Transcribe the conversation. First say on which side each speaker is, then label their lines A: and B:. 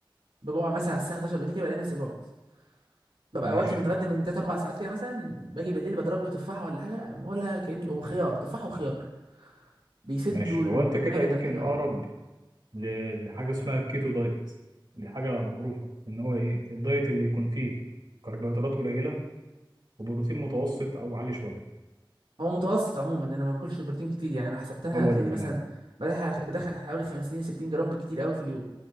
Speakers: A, on the right; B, on the right.
A: بجوع مثلا على الساعه 11 بالليل كده بلاقي نفسي جوعت ببقى
B: ماشي
A: واكل متغدى من 3 4 ساعات كده مثلا باجي بالليل بضرب لي تفاحه ولا حاجه ولا كأني وخيار تفاح وخيار بيسدوا
B: ماشي
A: المعده
B: هو أنت كده يمكن
A: بطريقه
B: أقرب ل- لحاجة اسمها كيتو دايت دي حاجة معروفة إن هو إيه الدايت اللي يكون فيه كربوهيدرات قليلة وبروتين متوسط أو عالي شوية
A: هو متوسط عموما انا ما باكلش بروتين كتير يعني لو حسبتها
B: هو
A: هتلاقيني
B: ده تمام
A: مثلا بدخل على- بدخل حوالي 50 60 جرام بالكتير قوي في اليوم